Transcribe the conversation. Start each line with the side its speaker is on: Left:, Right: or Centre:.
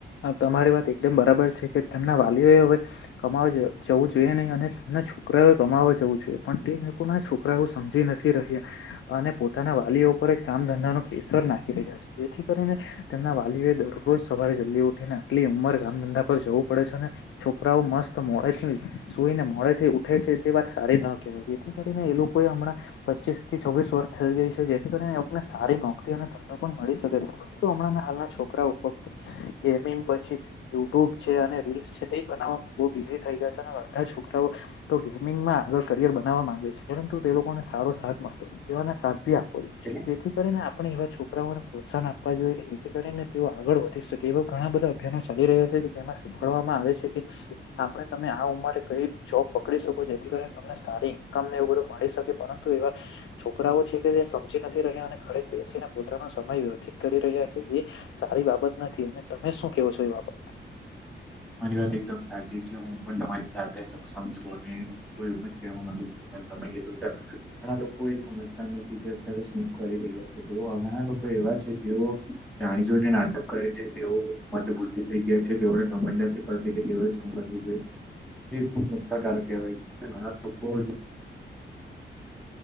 Left: હા, તમારી વાત એકદમ બરાબર છે કે તેમના વાલીઓ એ હવે કમાવા જ જવું જોઈએ નહીં, અને તના છોકરાઓએ કમાવા જવું જોઈએ, પણ તે લોકો ના છોકરા છોકરાઓ સમજી નથી રહ્યા અને પોતાના વાલીઓ ઉપર જ કામ-ધંધા નો પ્રેસર નાખી રહ્યા છે, જેથી કરીને તેમના વાલીઓ એ દરરોજ સવારે જલ્દી ઉ આટલી ઉંમર એ કામ-ધંધા પર જવું પડે છે અને છોકરાઓ મસ્ત મોડેથી સુઈને મોડેથી ઉઠે છે, તે વાત સારી ન કેવાય. જેથી કરીને એ લોકો એ હમણાં પચીસ થી છવ્વીસ વર્ષ થઈ ગઈ છે, જેથી અને સારી નોકરી અને ધંધો પણ મળી શકે છે, પરંતુ હમણાંના હાલના છોકરાઓ ફક્ત ગેમિંગ પછી યુટ્યુબ છે અને રીલ્સ છે, તે બનાવવામાં બહુ બિઝી થઈ ગયા છે, અને અડધા છોકરાઓ તો તો ગેમિંગમાં આગળ કરિયર બનાવવા માંગે છે, પરંતુ તે લોકોને સારો સાથ મળતો નથી. તેઓ ને સાથ ભી અપાવો જોઈએ,
Centre: કેટલા?
Left: જેથી કરીને આપણે એવા છોકરાઓને પ્રોત્સાહન આપ આપવા જોઈએ, કે જેથી કરીને તેઓ આગળ વધી શકે એવા ઘણા બધા અભિયાનો ચાલી રહ્યા છે, કે જેમાં શીખવાડવામાં આવે છે કે આપણે તમે આ ઉંમરે કઈ જોબ પકડી શકો, જેથી કરી તમને સારી ઈન્કમ ને બધું મળી શકે. પરંતુ એવા છોકરાઓ છે કે સમજી નથી રહ્યા અને ઘરે બેસીને પોતાનો સમય સમય વ્યવથિત કરી રહ્યા છે, એ સારી બાબત નથી. અને તમે શું કેવો છો એ બાબતમાં.
Centre: તમારી વાત એકદમ સાચી છે. હું પણ તમારી સાથે સક્ષમ છું, અને હું તો એવુ જ કેવા માંગુ. તમે કીધું કે ઘણા લોકો એ સમજતા નથી કે અત્યારે શું કરી રહ્યા છે. તેઓ ઘણા લોકોએ એવા છે, જેઓ જાણી જોઈને નાટક કરે છે. તેઓ મનબુદ્ધિ થઈ ગયા છે, તેઓને. ખબર નથી પડતી કે તેઓએ શું કરવું જોઈએ. એ ખુબ નુકસાનકારક કહેવાય છે. ઘણા લોકો <inaudible>
Left: <unintelligible>